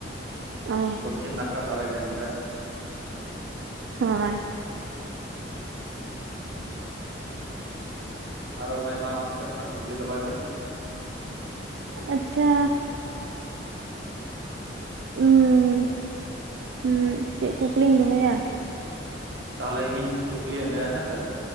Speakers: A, on the right; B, on the right.
A: ᱚ
B: ᱫᱚᱠᱠᱷᱤᱱ ᱱᱟᱠᱷᱟ ᱫᱷᱟᱨᱮ ᱜᱮ ᱦᱟᱜ ᱠᱷᱟᱡ
A: ᱦᱳᱭ
B: ᱟᱨᱚ ᱢᱟᱹᱭ ᱢᱟ ᱟᱢ ᱥᱮᱫ ᱠᱷᱚᱱᱟᱜ ᱠᱩᱠᱞᱤ ᱫᱚᱦᱚᱭ ᱢᱮ
A: ᱟᱪᱪᱷᱟ ᱚᱩ ᱦᱩᱸ ᱪᱮᱫ ᱠᱩᱠᱞᱤᱧ ᱫᱚᱦᱚᱭᱟ?
B: ᱛᱟᱦᱮᱞᱮ ᱤᱧ ᱠᱩᱠᱞᱤᱭᱮᱫ ᱢᱮᱭᱟ ᱦᱮᱸᱥᱮ